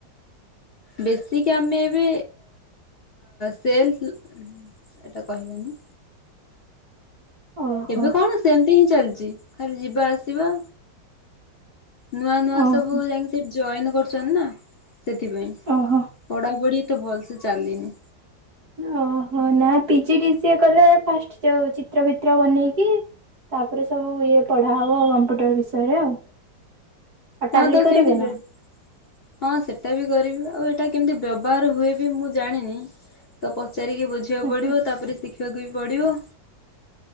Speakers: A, on the left; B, on the right.
A: ବେଶିକ୍ ଆମେ ଏବେ ସେଲ୍ ଏଟା କହିବିନି
B: ଓହୋ
A: ଏବେ କଣ ସେମିତି ହିଁ ଚାଲିଚି ଖାଲି ଯିବା ଆସିବା ନୂଆ ନୂଆ
B: ଓହୋ
A: ସବୁ ଯାଇକି ସେଠ ଜଏନ୍ କରୁଛନ୍ତି ନା ସେଥିପାଇଁ
B: ଓହୋ।
A: ପଢାପଢି ଏତେ ଭଲ ସେ ଚାଲିନି।
B: ଓହୋ ନା ପିଜିଡିସିଏ କଲେ ଫାଷ୍ଟ ଯୋଉ ଚିତ୍ର ଫିତ୍ର ବନେଇକି ତାପରେ ସବୁ ଇଏ ପଢା ହବ କମ୍ପ୍ୟୁଟର ବିଷୟରେ ଆଉ। ଆଉ
A: ହଁ
B: ଟାଲି
A: ତାକୁ
B: କରିବେ
A: କେମିତି ବେବ
B: ନା?
A: ହଁ ସେଟା ବି କରିବି ଆଉ ଏଇଟା କେମିତି ବ୍ୟବହାର ହୁଏ ବି ମୁଁ ଜାଣିନି। ତ ପଚାରିକି ବୁଝିବାକୁ
B: ଓହୋ
A: ପଡିବ ତାପରେ ଶିଖିବାକୁ ବି ପଡିବ।